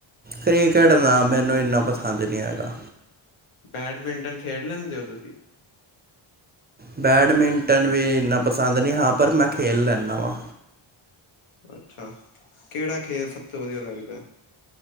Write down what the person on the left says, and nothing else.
ਬੈਡਮਿੰਟਨ ਖੇਡ ਲੈਂਦੇ ਓਂ ਤੁਸੀਂ।
ਅੱਛਾ, ਕੇੜਾ ਖੇਲ ਸਬ ਤੋਂ ਵਦੀਆ ਲੱਗਦਾ।